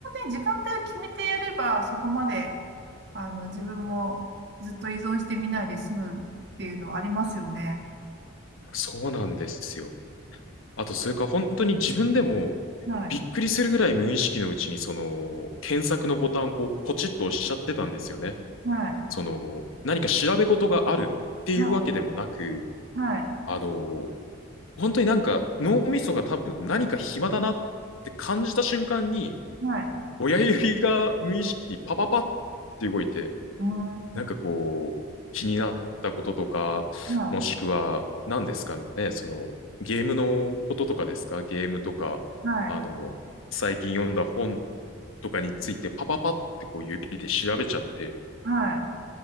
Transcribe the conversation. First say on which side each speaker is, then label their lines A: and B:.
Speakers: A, on the right (about 55°); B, on the left (about 80°).
A: をね、時間帯を決めてやれば、そこまで、あの、自分もずっと依存してみないで済むっていうのはありますよね。
B: そうなんですよ。あと、それか本当に自分でも
A: はい、
B: びっくりするぐらい無意識のうちにその検索のボタンをこうポチッと押しちゃってたんですよね。
A: はい、
B: その何か調べ事があるっていうわけでもなく、
A: はい、はい、
B: あの、本当になんか脳みそが多分何か暇だなって感じた瞬間に
A: はい、
B: 親指が無意識にパパパって動いて、
A: うーん、
B: なんかこう、気になったこととか、
A: は
B: もしくは、何ですかね、その、ゲームのこととかですかゲームとか、
A: い、はい、
B: あの、最近読んだ本とかについて、パパパってこう指で調べちゃって、
A: はい。